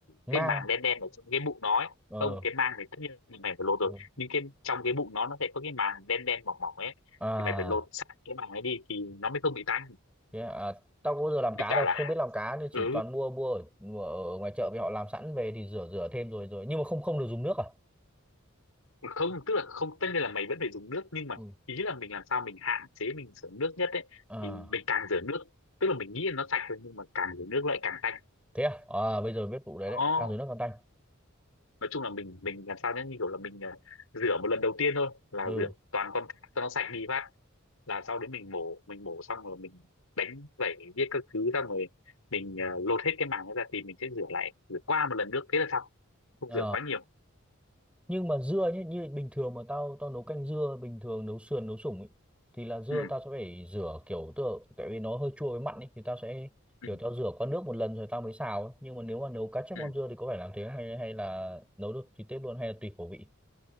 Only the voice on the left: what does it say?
cái màng đen đen ở trong cái bụng nó ấy.
không cái màng này tất nhiên là mày phải lột
rồi nhưng cái trong cái bụng nó nó sẽ có cái màng đen đen mỏng mỏng ấy
thì mày phải lột sạch cái màng ấy đi thì nó mới không bị tanh
với
cả
là
ừ
không tức là không tất nhiên là mày vẫn phải dùng nước nhưng mà
ý là mình làm sao mình hạn chế mình rửa nước nhất ấy
thì mình càng rửa nước tức là mình nghĩ là nó sạch thôi nhưng mà càng rửa nước lại càng tanh
đó
nói chung là mình mình làm sao nhá như kiểu là mình ờ, rửa một lần đầu tiên thôi là
rửa toàn con cá cho nó sạch đi phát là sau đấy mình mổ mình mổ xong rồi mình đánh vẩy viết các thứ xong rồi mình ờ, lột hết cái màng ấy ra thì mình sẽ rửa lại rửa qua một lần nước thế là xong không
rửa quá nhiều
ừ
ừ
ừ